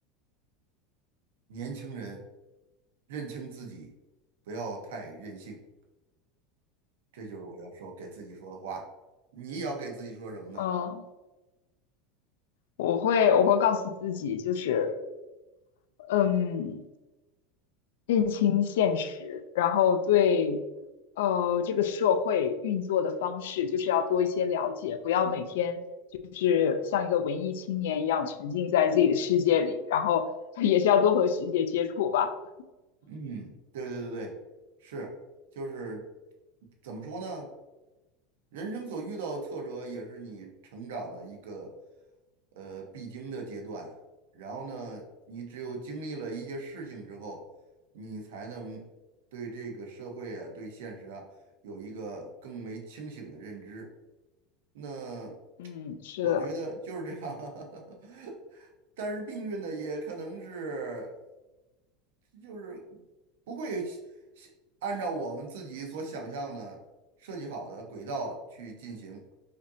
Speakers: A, on the right; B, on the left.
A: 年轻人认清自己，不要太任性，这就是我要说给自己说的话。你也要给自己说什么呢？
B: 嗯，我会我会告诉自己，就是嗯，认清现实，然后对呃这个社会运作的方式，就是要多一些了解，不要每天呃像一个文艺青年一样沉浸在自己的世界里，然后 <laughs> 也是要多和世界接触吧。
A: 嗯，对对对对，是，就是怎么说呢？人生所遇到的挫折也是你成长的一个呃必经的阶段。然后呢，你只有经历了一些事情之后，你才能对这个社会啊、对现实啊有一个更为清醒的认知。那
B: 嗯，是的，
A: 我觉得就是这样，<laughs> 但是命运呢，也可能是就是不会想想按照我们自己所想象的设计好的轨道去进行，